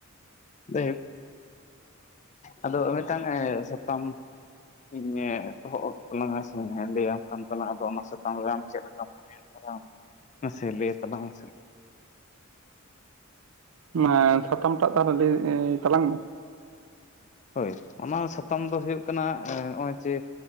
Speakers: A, on the left; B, on the right.
A: ᱫᱮᱠ ᱟᱫᱚ ᱢᱤᱫᱴᱟᱝ ᱥᱟᱛᱟᱢ ᱤᱧ ᱮ ᱮᱛᱚᱦᱚᱵ ᱮᱫ ᱛᱟᱞᱟᱝᱟ ᱥᱮ ᱞᱟᱹᱭ ᱟᱢ ᱠᱟᱱ ᱛᱟᱞᱟᱝ-ᱟ ᱟᱫᱚ ᱚᱱᱟ ᱥᱟᱛᱟᱢ ᱨᱮ ᱟᱢ ᱪᱮᱫ ᱞᱮᱠᱟᱢ ᱢᱚᱱᱮᱭ-ᱟ ᱞᱟᱡ ᱪᱟᱞᱟᱝ ᱢᱟ ᱥᱮ ᱞᱟᱹᱭ ᱛᱟᱞᱟᱝ ᱢᱮᱥᱮ
B: ᱢᱟᱱᱮ ᱥᱟᱛᱟᱢ ᱴᱟᱜ ᱛᱟᱦᱞᱮ ᱞᱟᱹᱭ ᱛᱟᱞᱟᱝ ᱢᱮ᱾
A: ᱦᱳᱭ ᱚᱱᱟ ᱥᱟᱛᱟᱢ ᱫᱚ ᱦᱩᱭᱩᱜ ᱠᱟᱱᱟ, ᱚᱜᱼᱚᱭ ᱡᱮ